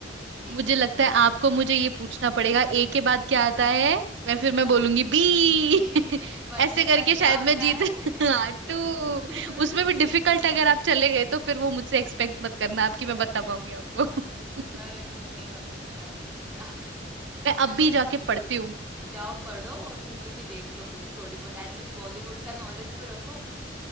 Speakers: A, in the centre; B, on the right (about 80°).
A: देखते
B: मुझे लगता
A: हैं
B: है आपको मुझे ये पूछना पड़ेगा ए के बाद क्या आता है मैं फिर
A: बी
B: मैं बोलूंगी बी
A: <laughs>
B: <laughs>
A: वन
B: ऐसे
A: प्लस
B: करके
A: वन
B: शायद
A: क्या होता
B: मैं जीत
A: है
B: <laughs> हाँ टू
A: <laughs>
B: उसमें भी डिफिकल्ट अगर आप चले गए तो फिर वो मुझसे एक्सपेक्ट मत करना आपकी
A: अरे
B: मैं बता पाऊंगी आपको
A: यार
B: <laughs>
A: तुम्हारा कुछ नहीं हो सकता मनीषा <laughs>
B: मैं
A: चलो
B: अब भी जाके पढ़ती हूँ
A: जाओ पढ़ो और मूवी भी देख लो कुछ थोड़ी बहुत एटलीस्ट बॉलीवुड का नॉलेज तो रखो